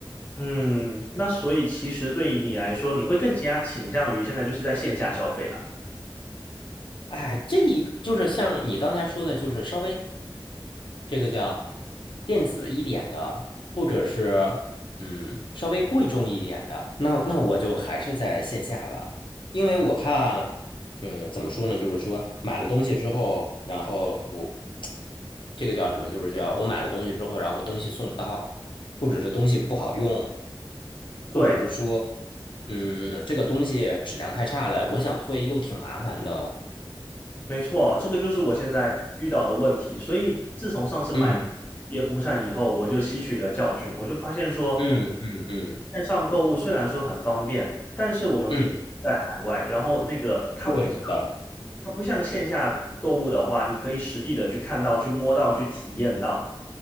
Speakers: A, on the left (about 20°); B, on the left (about 65°).
A: 嗯，那所以其实对你来说，你会更加倾向于现在就是在线下消费啦。
B: 哎，这一就是像你刚才说的，就是稍微这个叫电子一点的，或者是嗯稍微贵重一点的，那那我就还是在线下吧，因为我怕嗯怎么说呢，就是说买了东西之后，然后我这个叫什么，就是叫我买了东西之后，然后东西送到，或者是东西不好用，或者是说
A: 对，
B: 嗯这个东西质量太差了，我想退又挺麻烦的，
A: 没错，这个就是我现在遇到的问题。所以自从上次买
B: 嗯
A: 夜风扇以后，我就吸取了教训，我就发现说，
B: 嗯嗯嗯
A: 线上购物虽然说很方便，但是我们毕竟在海外，
B: 嗯，
A: 然后那个它不像
B: 对的。
A: 它不像线下购物的话，你可以实地的去看到、去摸到、去体验到。